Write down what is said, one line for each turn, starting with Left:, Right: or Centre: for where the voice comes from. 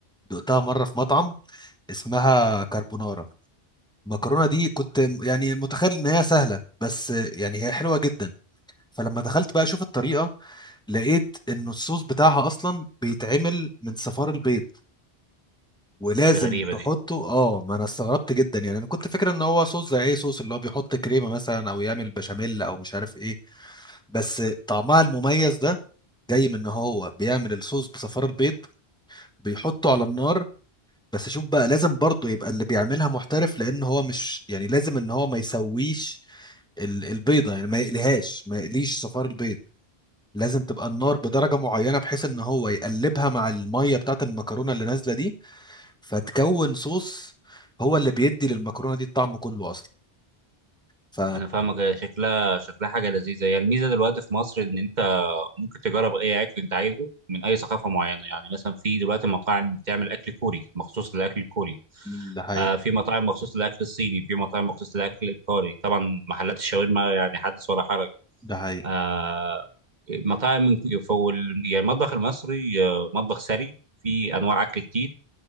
Centre: دقتها مره في مطعم اسمها كاربونارا المكرونه دي كنت م- يعني متخيل ان هي سهله بس آه، يعني هي حلوه جدا فلما دخلت بقى اشوف الطريقه لقيت ان الصوص بتاعها اصلا بيتعمل من صفار البيض ولازم
Right: دي غريبه
Centre: تحطه
Right: دي
Centre: اه ما انا استغربت جدا يعني انا كنت فاكر ان هو صوص زي اي صوص اللي هو بيحط كريمه مثلا او يعمل بشاميل او مش عارف ايه بس طعمها المميز ده جاي من ان هو بيعمل الصوص بصفار البيض بيحطه على النار بس شوف بقى لازم برضه يبقى اللي بيعملها محترف لان هو مش يعني لازم ان هو ما يسويش ال- البيضه يعني ما يقليهاش ما يقليش صفار البيض لازم تبقى النار بدرجه معينه بحيث ان هو يقلبها مع الميه بتاعت المكرونه اللي نازله دي فتكون صوص هو اللي بيدي للمكرونه دي الطعم كله اصلا ف
Right: انا فاهمك هي شكلها شكلها حاجه لذيذه يعني الميزه دلوقتي في مصر ان انت ممكن تجرب اي اكل انت عايزه من اي ثقافه معينه يعني مثلا في دلوقتي مطاعم بتعمل اكل كوري مخصوص للاكل الكوري
Centre: مم، ده حقيقي
Right: آه في مطاعم مخصوص للاكل الصيني في مطاعم مخصوص للاكل الايطالي طبعا محلات الشاورما يعني حدث ولا حرج
Centre: ده حقيقي
Right: آه مطاعم من فول يعني المطبخ المصري آه، مطبخ ثري في انواع اكل كتير